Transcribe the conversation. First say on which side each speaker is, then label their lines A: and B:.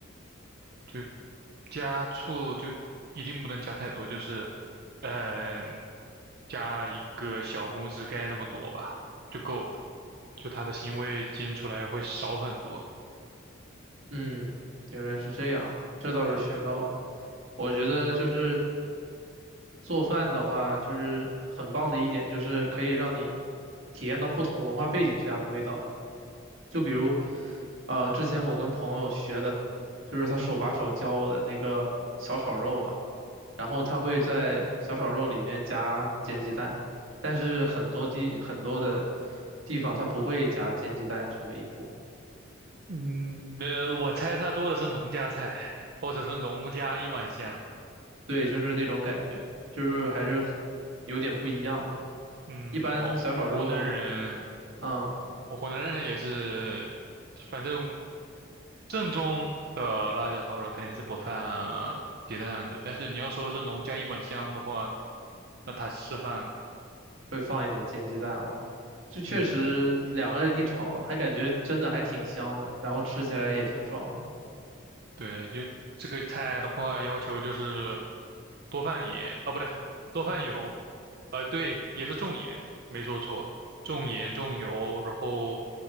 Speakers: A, on the right; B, on the right.
A: 就加醋就一定不能加太多，就是，嗯、加一个小拇指盖那么多吧，就够了。就它的腥味煎出来会少很多。
B: 嗯，原来是这样，这倒是学到了。我觉得就是做饭的话，就是很棒的一点，就是可以让你体验到不同文化背景下的味道。就比如，呃，之前我跟朋友学的，就是他手把手教我的那个小炒肉嘛，然后他会在小炒肉里面加煎鸡蛋，但是很多地很多的地方他不会加煎鸡蛋这么一步，
A: 嗯，呃，我猜它做的是农家菜，或者是农家一碗香。
B: 对，就是那种感觉，就是还是很有点不一样的。
A: 嗯，
B: 一般小炒肉，
A: 我湖南人，
B: 嗯。
A: 我湖南人也是，反正正宗的辣椒炒肉肯定是不放鸡蛋的，但是你要说是农家一碗香的话，那它是放的，
B: 会放一点煎鸡蛋哦。就确实两个人一炒，
A: 嗯，
B: 还感觉真的还挺香的，然后吃起来也挺爽的。
A: 对，就这个菜的话，要求就是多放盐，啊，不对，多放油，呃，对，也是重盐，没说错，重盐重油，然后